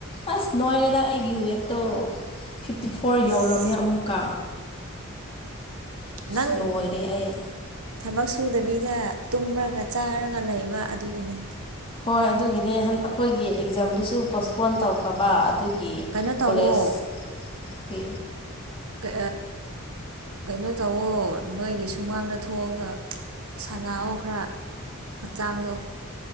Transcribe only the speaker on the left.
ꯑꯁ ꯅꯣꯏꯔꯦꯗ ꯑꯩꯒꯤ ꯋꯦꯠꯇꯣ ꯐꯤꯐꯇꯤ ꯐꯣꯔ
ꯌꯧꯔꯝꯃꯦ ꯑꯃꯨꯛꯀ ꯑꯁ
ꯂꯣꯏꯔꯦ ꯑꯩ
ꯍꯣꯏ ꯑꯗꯨꯒꯤꯅꯦ ꯑꯩꯈꯣꯏꯒꯤ ꯑꯦꯛꯖꯥꯝꯗꯨꯁꯨ ꯄꯣꯁꯄꯣꯟ ꯇꯧꯈ꯭ꯔꯕ ꯑꯗꯨ ꯑꯗꯨꯒꯤ
ꯀꯂꯦꯖ ꯄ